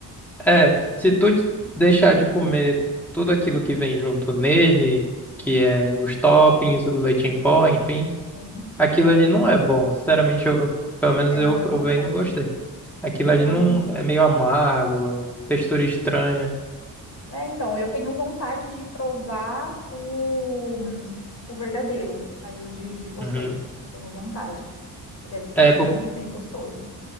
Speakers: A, in the centre; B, on the left.
A: é, se tu deixar de comer tudo aquilo que vem junto nele, que é os toppings, o leite em pó, enfim,
B: Sim.
A: aquilo ali não é bom. Sinceramente, eu, pelo menos
B: É,
A: eu
B: não,
A: provei
B: eu concordo.
A: e não gostei. Aquilo
B: Eu
A: ali
B: concordo.
A: não é meio amargo, textura estranha.
B: É, então, eu tenho vontade de provar o, o verdadeiro, aí o de, de vocês.
A: Uhum.
B: Eu tenho vontade, que deve ser
A: É,
B: bem,
A: po-
B: bem gostoso.